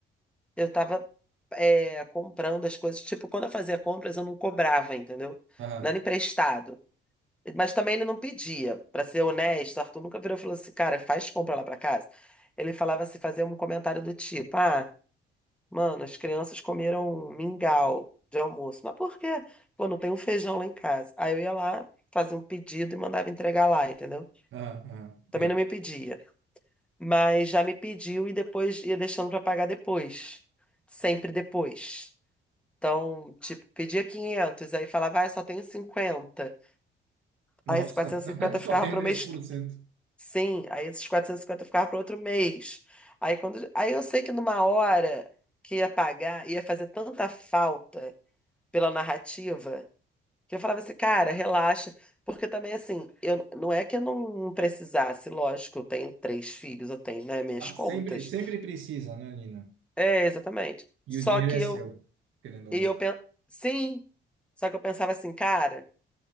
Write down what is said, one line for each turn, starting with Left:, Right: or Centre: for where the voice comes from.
Centre: eu tava é, comprando as coisas. Tipo, quando eu fazia compras, eu não cobrava, entendeu?
Right: Aham.
Centre: Não era emprestado. Mas também ele não pedia. Pra ser honesto, o Arthur nunca virou e falou assim, cara, faz compra lá pra casa. Ele falava assim, fazia um comentário do tipo, ah. Mano, as crianças comeram mingau de almoço. Mas por quê? Pô, não tem um feijão lá em casa. Aí eu ia lá, fazia um pedido e mandava entregar lá, entendeu?
Right: Ah, ah,
Centre: Também
Right: tem.
Centre: não me pedia. Mas já me pediu e depois ia deixando pra pagar depois. Sempre depois. Então, tipo, pedia quinhentos aí falava, ah, só tenho cinquenta
Right: Nossa,
Centre: Aí esses 450
Right: <laughs> só
Centre: ficava
Right: tenho
Centre: pro
Right: dez
Centre: mês.
Right: por cento
Centre: Sim, aí esses 450 ficava pro outro mês. Aí quando, aí eu sei que numa hora que ia pagar, ia fazer tanta falta pela narrativa, que eu falava assim, cara, relaxa, porque também assim, eu não é que eu não precisasse, lógico, eu tenho três filhos, eu tenho, né, minhas
Right: Ah,
Centre: contas.
Right: sempre, sempre precisa, né, Nina?
Centre: É, exatamente.
Right: E
Centre: Só
Right: o dinheiro
Centre: que
Right: é
Centre: eu
Right: seu, querendo ou
Centre: e
Right: não.
Centre: eu pen... sim, só que eu pensava assim, cara,